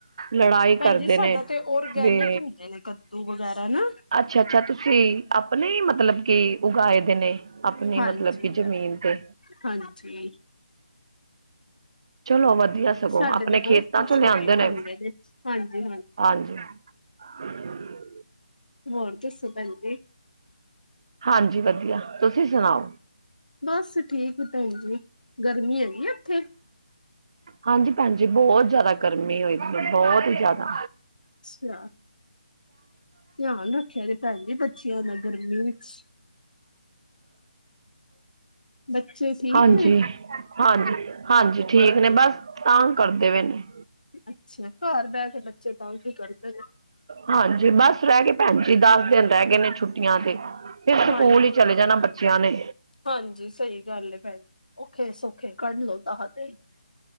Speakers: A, on the right (about 40°); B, on the left (about 80°).
A: ਲੜਾਈ
B: ਭੈਜੀ
A: ਕਰਦੇ
B: ਸਾਡਾ
A: ਨੇ
B: ਤੇ ਔਰਗੈਨਿਕ
A: ਵੀ
B: ਹੁੰਦੇ ਨੇ ਕੱਦੂ ਵਗੈਰਾ ਨਾ।
A: ਅੱਛਾ-ਅੱਛਾ ਤੁਸੀਂ ਆਪਣੇ ਹੀ ਮਤਲਬ ਕਿ ਉਗਾਏ ਦੇ ਨੇ। ਆਪਣੀ
B: ਹਾਂਜੀ
A: ਮਤਲਬ ਕਿ ਜ਼ਮੀਨ ਤੇ
B: ਹਾਂਜੀ।
A: ਚਲੋ ਵਧੀਆ ਸਗੋਂ
B: ਸਾਡੇ
A: ਆਪਣੇ
B: ਤੇ ਬਹੁਤ
A: ਖੇਤਾਂ
B: ਖੁਸ਼
A: ਚੋਂ ਲਿਆਂਦੇ
B: ਹੋ ਕੇ ਖਾਂਦੇ
A: ਨੇ
B: ਹਾਂਜੀ
A: ਹਾਂਜੀ। ਹ <unintelligible>
B: ਹੋਰ ਦੱਸੋ, ਭੈਣ ਜੀ?
A: ਹਾਂਜੀ ਵਧੀਆ ਤੁਸੀ ਸੁਣਾਓ?
B: ਬਸ ਠੀਕ ਭੈਣ ਜੀ, ਗਰਮੀ ਹੈਗੀ ਆ ਉਥੇ?
A: ਹਾਂਜੀ ਭੈਣਜੀ, ਬਹੁਤ ਜ਼ਿਆਦਾ ਗਰਮੀ ਹੋਈ ਪਈ ਬਹੁਤ ਹੀ ਜ਼ਿਆਦਾ।
B: ਅੱਛਾ। ਧਿਆਨ ਰੱਖਿਆ ਜੇ ਭੈਜੀ ਬੱਚਿਆਂ ਦਾ ਗਰਮੀ ਵਿਚ। ਬੱਚੇ ਠੀਕ
A: ਹਾਂਜੀ-
B: ਨੇ
A: ਹਾਂਜੀ- ਹਾਂਜੀ ਠੀਕ ਨੇ ਬਸ ਤੰਗ ਕਰਦੇ ਪਏ ਨੇ।
B: ਅਛਾ ਘਰ ਬਹਿ ਕੇ ਬੱਚੇ ਤਾਂ ਉਹ ਕੀ ਕਰਦੇ ਨੇ।
A: ਹਾਂਜੀ ਬਸ ਰਹਿ ਗਏ ਭੈਣ ਜੀ ਦਸ ਦਿਨ ਰਹਿ ਗਏ ਨੇ ਛੁੱਟੀਆਂ ਦੇ ਫਿਰ ਸਕੂਲ
B: ਹਾਂ
A: ਹੀ। ਚਲੇ ਜਾਣਾ ਬੱਚਿਆਂ ਨੇ।
B: ਹਾਂਜੀ ਸਹੀ ਗੱਲ ਏ ਭੈਣ ਜੀ ਔਖੇ ਸੌਖੇ ਕੱਢ ਲੋ ਦਹ ਦਿਨ।